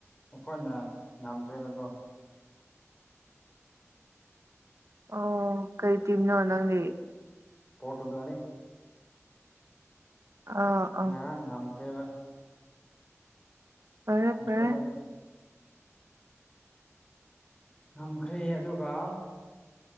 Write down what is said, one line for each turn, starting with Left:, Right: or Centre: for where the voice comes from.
Left: ꯑꯩꯈꯣꯏꯅ ꯉꯝꯈ꯭ꯔꯦꯕꯗꯣ
Right: ꯑꯣ ꯀꯔꯤ ꯇꯤꯝꯅꯣ ꯅꯪꯗꯤ
Left: ꯄꯣꯇꯨꯒꯥꯅꯤ
Right: ꯑꯥ ꯑꯥ
Left: ꯉꯔ ꯉꯝꯕ꯭ꯔꯦꯕ
Right: ꯐꯔꯦ
Left: ꯑꯩꯈꯣꯏꯗ
Right: ꯐꯔꯦ
Left: ꯉꯝꯈ꯭ꯔꯦ ꯑꯗꯨꯒ